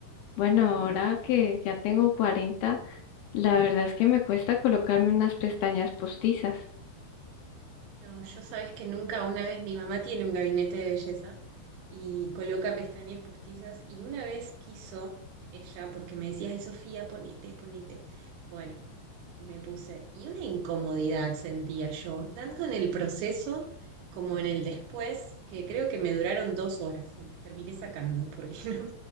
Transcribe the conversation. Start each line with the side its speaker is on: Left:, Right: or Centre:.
Left: bueno, ahora que ya tengo cuarenta la verdad es que me cuesta colocarme unas pestañas postizas.
Right: No, yo sabes que nunca, una vez mi mamá tiene un gabinete de belleza y coloca pestañas postizas y una vez quiso ella, porque me decía, ay Sofía, ponete, ponete. Bueno, me puse y una incomodidad sentía yo, tanto en el proceso como en el después, que creo que me duraron dos horas, me las terminé sacando porque <laughs> no,